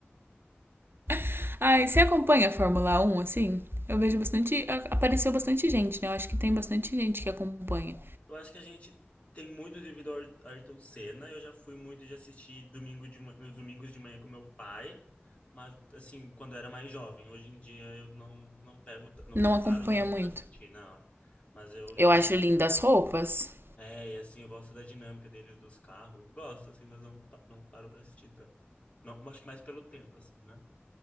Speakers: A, on the right (about 60°); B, on the left (about 30°).
A: <laughs> Ai, você acompanha a Fórmula Um assim? Eu vejo bastante. Apareceu bastante gente, né? Eu acho que tem bastante gente que acompanha.
B: Eu acho que a gente tem muito devido ao Ayrton Ayrton Senna. Eu já fui muito de assistir domingo de, ma- nos domingos de manhã com meu pai, mas assim, quando eu era mais jovem. Hoje em dia eu não, não pego, ta- não
A: Não acompanha
B: paro tanto
A: muito.
B: para assistir, não. Mas eu
A: Eu
B: já.
A: acho lindas as roupas.
B: É, e assim, eu gosto da dinâmica deles, dos carros. Gosto, assim, mas não, pa- não paro para assistir tanto. Não, acho que mais pelo tempo, assim, né?